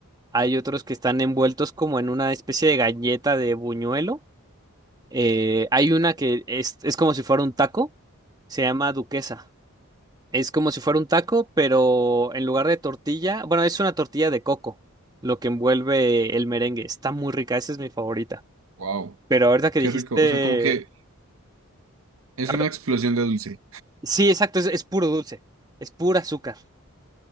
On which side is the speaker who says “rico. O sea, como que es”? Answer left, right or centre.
Right